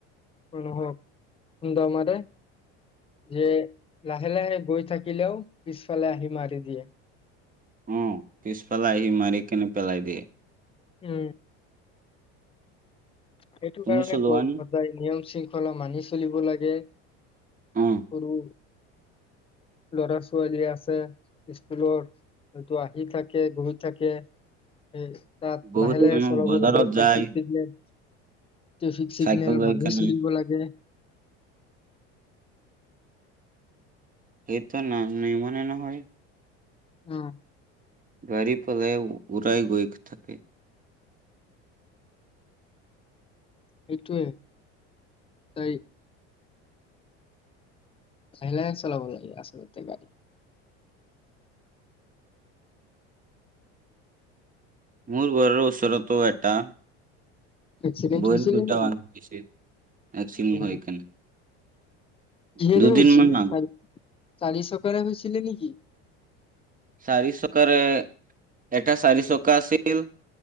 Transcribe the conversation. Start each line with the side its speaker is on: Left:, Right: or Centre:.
Left: মানুহক খুন্দা মাৰে। যে লাহে লাহে গৈ থাকিলেও পিছফালে আহি মাৰি দিয়ে।
Right: উম, পিছফালাই আহি মাৰি কেনে পেলাই দিয়ে।
Left: উম। সেইটো
Right: তুমি
Left: কাৰণে
Right: চলোৱা
Left: কওঁ সদায়
Right: নে
Left: নিয়ম শৃংখলা চলিব লাগে।
Right: অ
Left: আৰু ল'ৰা-ছোৱালী আছে স্কুলৰ হয়তো আহি থাকে গৈ থাকে। এই তাত
Right: বহুত
Left: লাহে লাহে
Right: মানুহ
Left: চলাব
Right: বজাৰত
Left: লাগে traffic
Right: যায়
Left: signal. Traffic signal
Right: cycle লৈ
Left: মানি
Right: কেনে
Left: চলিব লাগে।
Right: এইটো নাম নিবনে নহয়?
Left: উম উ।
Right: গাড়ী পলাই উৰাই গৈ থাকে।
Left: সেইটোৱেই তাই চাইলেন্স চলাব লাগে আচলতে গাড়ী।
Right: মোৰ ঘৰৰ ওচৰতো এটা
Left: এক্সিডেণ্ট
Right: বয়ৰ
Left: হৈছিলে
Right: দুটা
Left: নেকি
Right: বাং নিচে একচিন
Left: অ
Right: সেইকাৰণে।
Left: কিহেৰে
Right: দুদিন
Left: হৈছিলে
Right: মান আগ
Left: চাৰি চাৰি চকাৰে হৈছিলে নেকি?
Right: চাৰি চকাৰে এটা চাৰি চকা আছিল